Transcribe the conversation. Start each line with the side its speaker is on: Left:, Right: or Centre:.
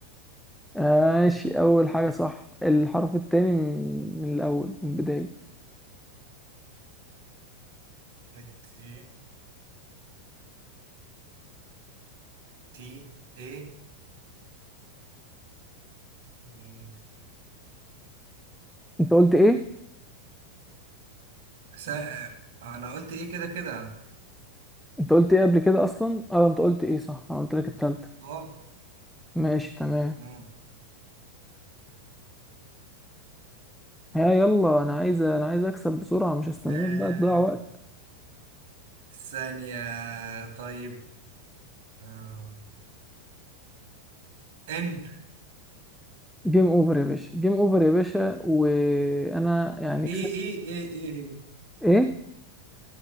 Centre: ماشي اول حاجة صح الحرف التاني من, من الاول من البداية
Right: والتي تي ايه مم.
Centre: انت قلت ايه
Right: سا... انا قلت ايه كده كده
Centre: انت قلت ايه قبل كده اصلا اه انت قلت ايه صح انا قلت لك التالتة
Right: اه
Centre: ماشي تمام
Right: مم.
Centre: ها يلا انا عايز انا عايز اكسب بسرعة مش هستناك
Right: آه،
Centre: بقى تضيع وقت
Right: ثانية طيب آه. ان
Centre: جيم اوفر يا باشا جيم اوفر يا باشا وانا يعني
Right: ايه
Centre: كسبت
Right: ايه ايه ايه
Centre: ايه